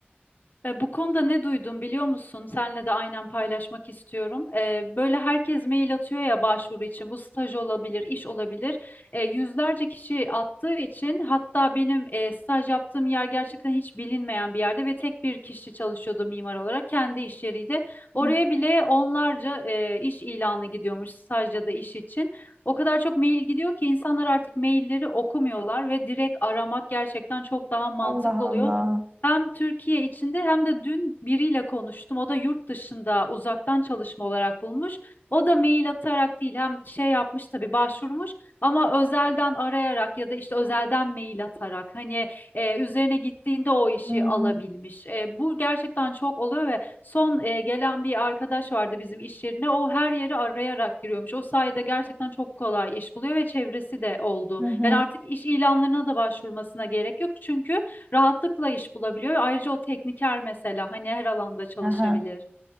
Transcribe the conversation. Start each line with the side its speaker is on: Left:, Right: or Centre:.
Left: E, Bu konuda ne duydum biliyor musun? Senle de aynen paylaşmak istiyorum. E, böyle herkes mail atıyor ya başvuru için. Bu staj olabilir, iş olabilir. E, yüzlerce kişi attığı için hatta benim e, staj yaptığım yer gerçekten hiç bilinmeyen bir yerde ve tek bir kişi çalışıyordu mimar olarak. Kendi iş yeriydi. Oraya
Right: Hı.
Left: bile onlarca e, iş ilanı gidiyormuş staj ya da iş için. O kadar çok mail gidiyor ki insanlar artık mailleri okumuyorlar ve direkt aramak gerçekten çok daha mantıklı
Right: Allah
Left: oluyor.
Right: Allah.
Left: Hem Türkiye içinde hem de dün biriyle konuştum. O da yurt dışında uzaktan çalışma olarak bulmuş. O da mail atarak değil hem şey yapmış tabii başvurmuş ama özelden arayarak ya da işte özelden mail atarak hani e, üzerine gittiğinde o işi
Right: Hmm.
Left: alabilmiş. E, bu gerçekten çok oluyor ve son e, gelen bir arkadaş vardı bizim iş yerine. O her yeri arayarak giriyormuş. O sayede gerçekten çok kolay iş buluyor ve çevresi de oldu.
Right: Hı Hı.
Left: Yani artık iş ilanlarına da başvurmasına gerek yok çünkü rahatlıkla iş bulabiliyor ve ayrıca o tekniker mesela hani her alanda çalışabilir.
Right: Aha.